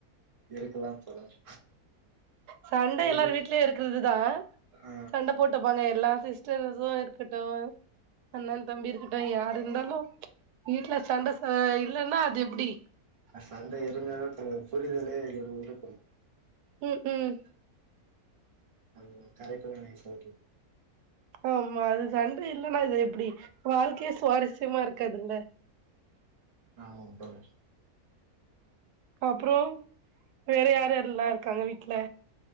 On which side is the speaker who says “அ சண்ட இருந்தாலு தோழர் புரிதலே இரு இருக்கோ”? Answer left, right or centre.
Right